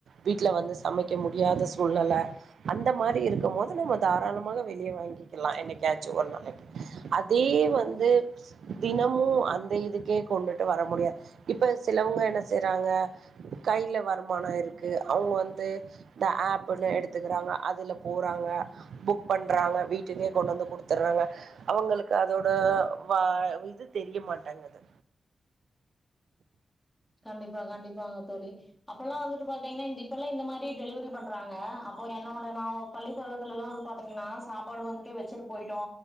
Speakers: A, on the right (about 85°); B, in the centre.
A: வீட்டுல வந்து சமைக்க முடியாத சூழ்நில அந்த மாரி இருக்கு போது நம்ம தாராளமாக வெளியே வாங்கிக்கலா எனச்சு ஒரு நாளைக்கு அதே வந்து
B: கண்டிப்பா
A: தினமு அந்த இதுக்கே கொண்டுட்டு வர முடியாது இப்ப சிலவங்க என்ன செய்யறாங்க கையில வருமான இருக்கு அவங்க வந்து இந்த ஆப்பு ஒன்னு எடுத்துக்கறாங்க அதுல போறாங்க புக் பண்றாங்க வீட்டுக்கே கொண்டு வந்து குடுத்துடுறாங்க அவங்களுக்கு அதோட வ இது தெரிய மாட்டாங்கது
B: கண்டிப்பா கண்டிப்பாங்க தோழி அப்ப எல்லா வந்துட்டு பாத்தீங்கன்னா இந்தப்பெல்லா இந்த மாரி டெலிவரி பண்றாங்க அப்போ என்னோட நா பள்ளி பருவத்துல எல்லா வந்து பாத்தீங்கன்னா சாப்பாடு வந்துட்டு வச்சுட்டு போயிட்டோ